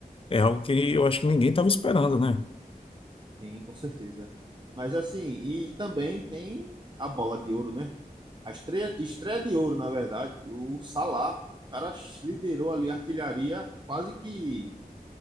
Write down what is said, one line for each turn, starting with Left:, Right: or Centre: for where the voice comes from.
Left: É algo que eu acho que ninguém estava esperando, né?
Right: Tem, com certeza. Mas assim, e, também tem a bola de ouro, né? A estreia, estreia de ouro, na verdade. O Salah, o cara liderou ali a artilharia quase que